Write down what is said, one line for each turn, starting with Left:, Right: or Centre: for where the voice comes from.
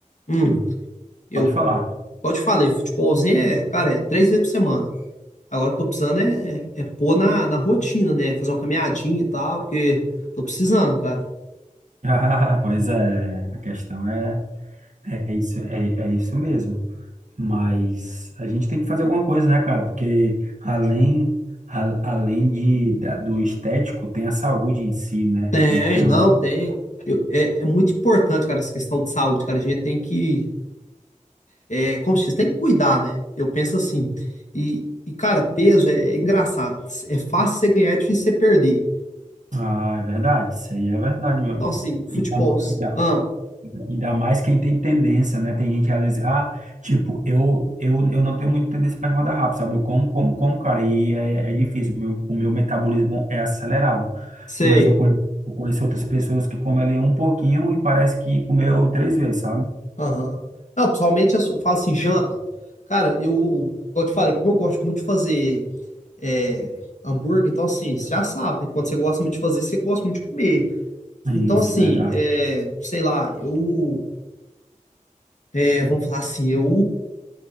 Left: hum,
Right: hum,
Left: eu,
Right: pode falar. <laughs>
Left: igual eu te falei, futebolzinho é, cara, é três vezes por semana. Agora eu tô precisando é, é, é pôr na, na rotina, né? Fazer uma caminhadinha e tal, porque tô precisando, cara.
Right: Ah, pois é, a questão é. É isso, é, é isso mesmo. Mas a gente tem que fazer alguma coisa, né, cara? Porque além, a- além de, da- do estético, tem a saúde em si, né?
Left: Tem,
Right: Então,
Left: não, tem. Eu- é, é muito importante, cara, essa questão de saúde, cara. A gente tem que, é, como se diz, tem que cuidar, né? Eu penso assim. E, e cara, peso é, é engraçado. É fácil você ganhar, é difícil você perder.
Right: ah, é verdade, isso aí é verdade, meu amigo.
Left: Então, assim, futebol,
Right: E dá, e dá-
Left: ah,
Right: Ainda mais quem tem tendência, né? Tem gente que às vezes, ah, tipo, eu, eu, eu não tenho muita tendência para engordar rápido, sabe? Eu como, como, como, cara, e é, é difícil. O meu, o meu metabolismo é acelerado.
Left: sei.
Right: Mas eu conhe- eu conheci outras pessoas que comem ali um pouquinho e parece que comeu três vezes, sabe?
Left: Aham. Não, pessoalmente eu só falo assim, janta. Cara, eu, igual eu te falei, como eu gosto muito de fazer é, hambúrguer, então assim, você já sabe, né? Quando você gosta muito de fazer, você gosta muito de comer.
Right: Isso,
Left: Então assim,
Right: verdade.
Left: é, sei lá, eu, é, vamos falar assim, eu